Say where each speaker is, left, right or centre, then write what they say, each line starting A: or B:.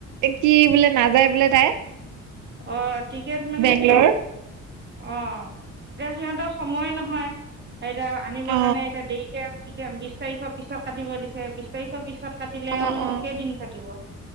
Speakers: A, on the right; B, on the right.
A: কি বোলে নাযায় বোলে তাই।
B: অ', টিকেট মানে
A: বেংগলৰ
B: কি? অ', এতিয়া সিহঁতৰ সময় নহয়, এতিয়া আনিবৰ
A: অ
B: কাৰণে এতিয়া দেৰিকে বিশ তাৰিখৰ পিছত কাটিব দিছে, বিশ তাৰিখৰ পিছত কাটিলেনো
A: অ অ
B: কেইদিন থাকিব।